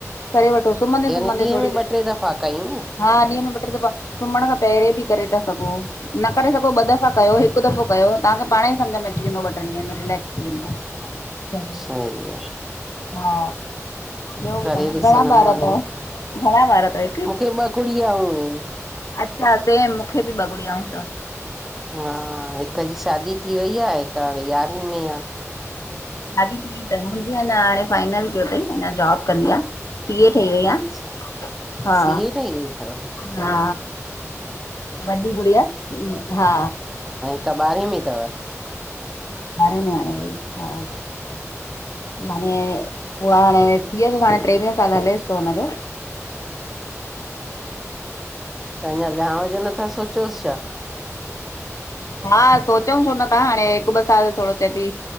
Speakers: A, on the left; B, in the centre.
A: करे वठोस। सुम्हंदे-सुम्हंद
B: यानी ॾींहं
A: थोड़ी
B: में
A: देर
B: ॿ टे दफ़ा कयूं न
A: हा ॾींहं में ॿ ट्रे दफ़ा सुम्हण खां पहरे बि करे था सघो न करे सघो ॿ दफ़ा कयो हिक दफ़ो कयो तांखे पाणई सम्झ में अची वेंदो ॿ ट्रिन ॾींहंनि में रिलेक्स थी वेंदोआ।
B: सही आ
A: हा ॿयो बुधायो
B: करे ॾिसंदमि
A: घणा बार
B: हाणे
A: तव घणा बार तव?
B: मूंखे ॿ गुड़ियाऊं आहिनि।
A: अच्छा सेम मूंखे बि बॻुड़िय आऊं तव
B: हा हिक जी शादी थी वई आ, हिकु हाणे यारहें में आ।
A: शादी थी तन मुंहिंजी अञा हाणे फाइनल कयो अथई अञा जाॅब कंदी आ सीए ठई वई
B: अच्छा
A: हा। हा
B: सीए ठही वई थव
A: हा वॾी गुड़िया हा।
B: हिकु ॿारहें में अथव?
A: बारे में हाणे वई हा। माने, उहा हाणे, थीयस हाणे टेवीह साल हलेसि थो हुनजो।
B: त अञा विहांउ जो नथा सोचियोसि छा?
A: हा सोचऊ छो न त हाणे हिकु ॿ साल थोॾो थिए थी